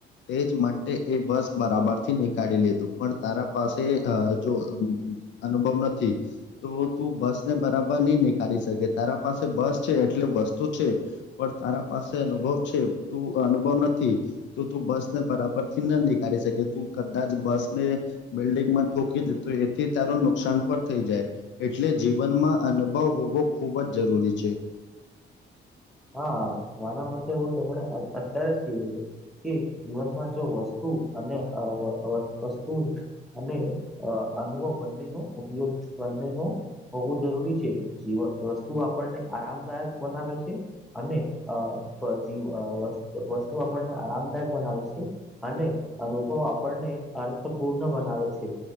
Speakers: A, on the left; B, in the centre.
A: તે જ માટે એ બસ બરાબર થી નીકાળી લીધું પણ તારા પાસે જો અનુભવ નથી તો તું બસ ને બરાબર નહી નીકળ કાળી શકે તારા પાસે બસ છે એટલે વસ્તુ છે પણ તારા પાસે અનુભવ છે તું અનુભવ નથી તો તું બસને બરાબર થી ના નીકાળી શકે તું કદાચ બસ ને બિલ્ડિંગ માં ઠોકી દે તો એથી તારું નુકસાન પણ થઈ જાય એટલે જીવનમાં અનુભવ હોવો ખૂબ જ જરૂરી છે.
B: હા મારા માટે હું તમને અત્યારે કીધેલું. કે જીવનમાં જો વસ્તુ અને વસ્તુ અને અનુભવ બંને નો ઉપયોગ બંને નો હોવું જરૂરી છે જીવન વસ્તુ આપણને આરામદાયક બનાવે છે, અને જે વસ્તુ આપણને આરામદાયક બનાવે છે. અને અનુભવ આપણને અર્થપૂર્ણ બનાવે છે.